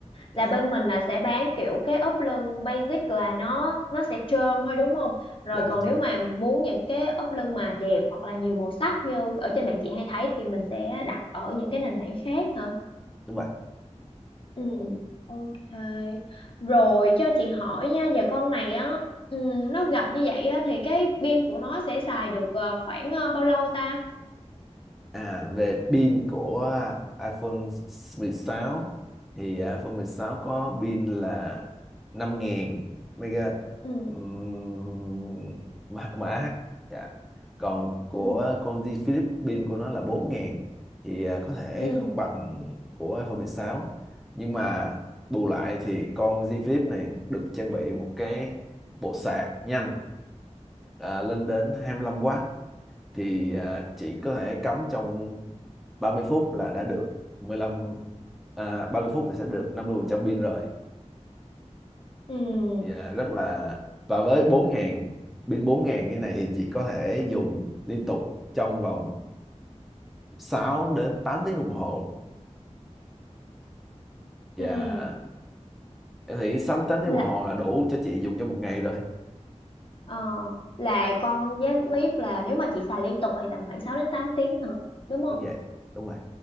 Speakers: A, in the centre; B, on the left.
A: dạ
B: là bên mình là sẽ bán kiểu cái ốp lưng basic là nó nó sẽ trơn thôi đúng không? Rồi
A: dạ nó
B: còn
A: chưa
B: nếu mà muốn những cái ốp lưng mà đẹp hoặc là nhiều màu sắc như ở trên mạng chị hay thấy thì mình sẽ đặt ở những cái nền tảng khác hả?
A: đúng vậy
B: Ừ, ok. Rồi cho chị hỏi nha, giờ con này á ừ, nó gập như vậy á thì cái pin của nó sẽ xài được ờ, khoảng ờ, bao lâu ta?
A: À, về pin của iPhone 16 thì iPhone 16 có pin là 5.000 mega
B: Ừ,
A: um, mAh dạ. Còn của
B: ừ,
A: con G Flip pin của nó là bốn nghìn thì à, có thể
B: ừ,
A: không bằng của iPhone 16 nhưng mà bù lại thì con G Flip này được trang bị một cái bộ sạc nhanh à, lên đến hai mươi lăm w thì à, chỉ có thể cắm trong 30 phút là đã được 15 à, 30 phút thì sẽ được 50% pin rồi
B: ừ,
A: Dạ, rất là và với bốn ngàn pin bốn ngàn như này thì chị có thể dùng liên tục trong vòng 6 đến 8 tiếng đồng hồ và
B: ừ.
A: em nghĩ sáu đến tám tiếng
B: ừ.
A: đồng hồ là đủ cho chị dùng trong một ngày rồi
B: Ờ, là con giá clip là nếu mà chị xài liên tục thì tầm khoảng 6 đến 8 tiếng thôi, đúng không?
A: đúng vậy đúng rồi